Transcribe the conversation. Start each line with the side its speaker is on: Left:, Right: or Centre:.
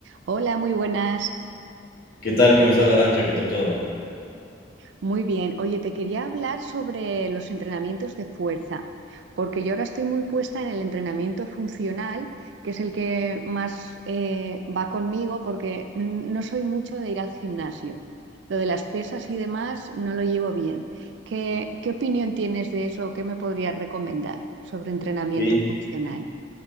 Right: Hola, muy buenas.
Left: ¿Qué tal, comenzado Arancha? ¿Qué tal todo?
Right: Muy bien. Oye, te quería hablar sobre los entrenamientos de fuerza, porque yo ahora estoy muy puesta en el entrenamiento funcional, que es el que más eh, va conmigo, porque mm, no soy mucho de ir al gimnasio. Lo de las pesas y demás no lo llevo bien. ¿Qué, qué opinión tienes de eso? ¿Qué me podrías recomendar sobre entrenamiento
Left: Qué
Right: funcional?